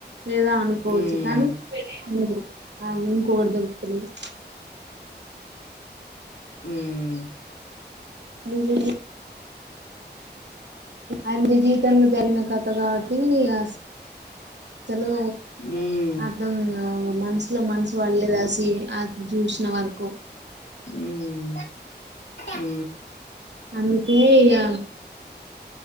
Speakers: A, on the right; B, on the left.
A: లేదా అనుకోవచ్చు
B: ఉమ్
A: కానీ <unintelligible>
B: ఉమ్
A: అదిజ అది నీ జీవితంలో జరిగిన కథ కాబట్టి అస్సలు
B: ఉమ్
A: అర్థం కావు మనసులో మనసు వాళ్డలేదసి ఆ సీన్ అది చూసిన వరకు
B: ఉమ్ ఉమ్
A: అందుకే ఇగా